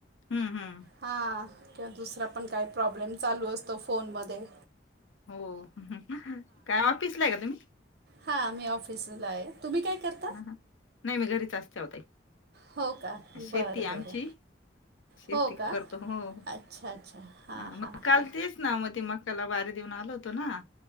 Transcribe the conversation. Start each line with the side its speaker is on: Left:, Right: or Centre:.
Left: हम्म, हम्म.
Right: हा किंवा दुसरा पण काही प्रॉब्लेम चालू असतो फोनमध्ये.
Left: हो काय ऑफिसलाय का तुम्ही?
Right: हा मी ऑफिसला आहे, तुम्ही काय करता?
Left: हा ना नाही मी घरीच असते हो ताई
Right: हो का
Left: शेती
Right: बरं
Left: आहे
Right: बरं
Left: आमची शेती
Right: हो का
Left: करतो हो
Right: अच्छा अच्छा हां
Left: हा मग
Right: हां हां
Left: काल तेच मग ते मकाला बारी देऊन आलो होतो ना